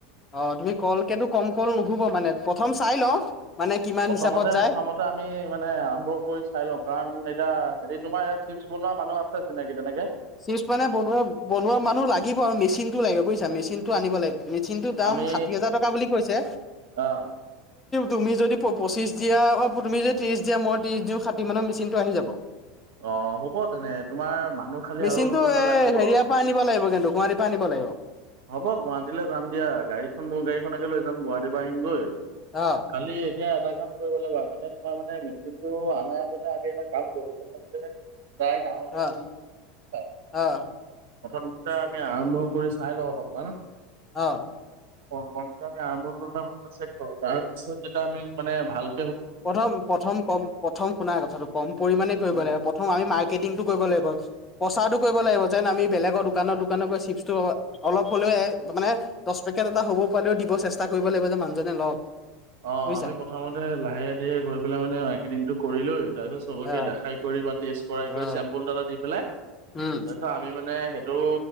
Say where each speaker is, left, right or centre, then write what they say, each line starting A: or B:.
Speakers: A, on the left (about 25°); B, on the right (about 65°).
A: অ' তুমি কলকেতো কম কল নুশুমাবা মানে প্ৰথম চাই লওঁ। মানে কিমান
B: প্ৰথমতে-প্ৰথমতে
A: হিচাপত যায়
B: আমি মানে আৰম্ভ কৰি চাই লওঁ কাৰণ এতিয়া হেৰি তোমাৰ। কোনোবা মানুহ আছে চিনাকি তেনেকে।
A: চুইচ মানে বনোৱা, বনোৱা মানুহ লাগিব আৰু মেচিনতটো লাগিব বুজিছা মেচিন টো আনিব লাগিব। মেচিনটোৰ দাম
B: আমি
A: ষাঠি হাজাৰ টকা বুলি কৈছে।
B: আহ
A: তুমি যদি পঁচিশ দিয়া অ' তুমি ত্ৰিশ দিয়া মই ত্ৰিশ দিওঁ ষাঠি মানত মেচিন টো আহি যাব।
B: অ' হ'ব তেনে তোমাৰ মানুহ। খালি
A: মেচিনটো
B: আৰু দুজনমান
A: এ হেৰিয়াৰ
B: লাগিব
A: পৰা আনিব লাগিব কিন্তু গুৱাহাটী পৰা আনিব লাগিব।
B: হ'ব গুৱাহাটীলৈ যাম দিয়া গাড়ীখন মোৰ গাড়ী কে লৈ যাম গুৱাহাটীৰ পৰা আহিমগৈ
A: অ
B: কালি। এতিয়া এটা কাম কৰিব লাগিব আগতে। তোমাৰ মানে মেচিনটো অনাৰ আগতে আমি এটা কাম কৰো। প্ৰায় গ্ৰাহকে
A: অ
B: চল। প্ৰথম
A: অ
B: দুটা আমি আৰম্ভ কৰি চাই লওঁ অলপমান
A: অ
B: মক আমি আৰম্ভ কৰে কৰো তাৰপিছত যেতিয়া আমি মানে ভাল
A: প্ৰথম প্ৰথম কম প্ৰথম শুনাৰ কথাটো কম পৰিমাণে কৰিব
B: উম,
A: লাগে। প্ৰথম আমি মাৰ্কেটিংটো কৰিব লাগিব। প্ৰচাৰো কৰিব লাগিব যেন আমি বেলেগৰ দোকানৰ দোকানৰ পৰা চিপটো অলপ হ'লেও মানে দহ পেকেট এটা হ'ব পেও দিব চেষ্টা কৰিব লাগিব যে মানুহজনে লওক।
B: অ
A: বুজিছা
B: আমি প্ৰথমতে লাহে ধীৰে গৈ পেলাই মানে মাৰকেটিংটো কৰিলৈ। তাৰপিছত চবকে
A: অ
B: দেখাই কৰি বা টেষ্ট কৰাই কৰি
A: অ
B: চেম্পুল এটা দি পেলাই তাৰপিছত
A: উম
B: আমি মানে। এইেইটো